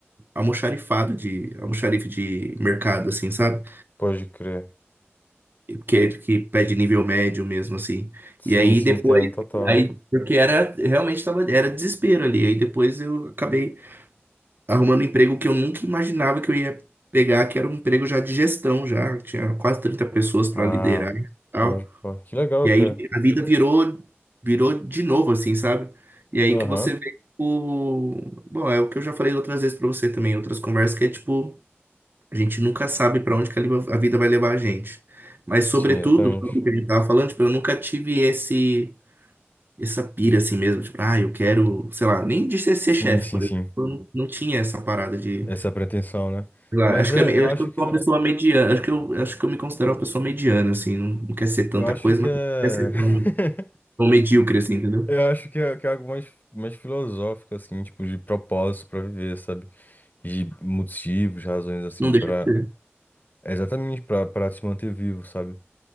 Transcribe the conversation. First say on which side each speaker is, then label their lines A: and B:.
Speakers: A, on the right; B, on the left.
A: almoxarifado, de almoxarife de mercado, assim, sabe?
B: Pode crer.
A: que, é- que pede nível médio mesmo, assim.
B: Sim,
A: E aí
B: sim,
A: depois,
B: entendo, total.
A: aí, porque era, realmente tava, era desespero ali. Aí depois eu acabei arrumando um emprego que eu nunca imaginava que eu ia pegar, que era um emprego já de gestão, já. Tinha quase 30 pessoas para
B: Ah,
A: liderar e tal.
B: pode, pô, que legal,
A: E
B: cara.
A: aí a vida virou, virou de novo, assim, sabe? E aí
B: Aham.
A: que você vê, tipo, bom, é o que eu já falei outras vezes para você também, outras conversas, que é tipo, a gente nunca sabe para onde que a li- a vida vai levar a gente. Mas, sobretudo,
B: Sim, exatamente.
A: sobre o que a gente tava falando, tipo, eu nunca tive esse, essa pira assim mesmo. Tipo, ah, eu quero, sei lá, nem de ser, ser
B: Sim,
A: chefe,
B: sim,
A: por
B: sim.
A: exemplo. Eu não, não tinha essa parada de.
B: Essa é a pretensão, né?
A: Sei lá,
B: Mas
A: acho
B: é,
A: que eu, me- eu
B: eu
A: acho
B: acho
A: que eu
B: que
A: sou
B: é,
A: uma pessoa mediana. Acho que eu, acho que eu me considero uma pessoa mediana, assim. Não, não quer ser tanta
B: eu acho
A: coisa,
B: que
A: mas
B: é,
A: não quer ser tão,
B: <laughs>
A: tão medíocre, assim, entendeu?
B: eu acho que é, que é algo mais, mais filosófico, assim, tipo, de propósito pra viver, sabe? De motivos, razões, assim,
A: Não deixa
B: pra,
A: de ser.
B: é exatamente pra, pra se manter vivo, sabe?